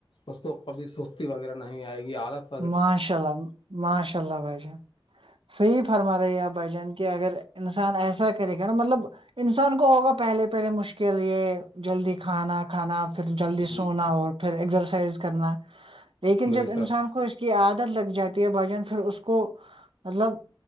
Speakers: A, on the left; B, on the right.
A: اس کو کبھی سستی وغیرہ نہیں آئے گی آالت
B: ماشاء اللہ ماشاء اللہ بج صحیح فرمار رہیا بجان کہہ اگر انسان ایسا کرے گا نا مطلب انسان کو ہوگا پہلے پہلے مشکل یہ جلدی کھانا کھانا پھر جلدی
A: جی
B: سونا اور پھر ایکسرسائز کرنا لیکن
A: بے
B: جب انسان
A: شک
B: کو اس کی عادت لگ جاتی ہے بھجن پھر اس کو مطلب